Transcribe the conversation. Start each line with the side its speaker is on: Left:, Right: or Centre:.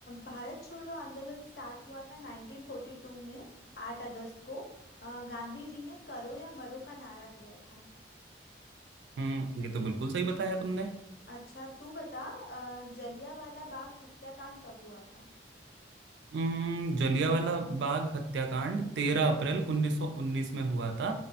Left: भारत छोड़ो आंदोलन स्टार्ट हुआ था 1942 में 8 अगस्त को अ, गांधी जी ने करो या मरो का नारा दिया था
Right: हम्म ये तो बिल्कुल सही बताया तुमने
Left: अच्छा तू बता अ, जलियांवाला बाग हत्याकांड कब हुआ था
Right: हम्म, जलियांवाला बाग हत्याकांड 13 अप्रैल 1919 में हुआ था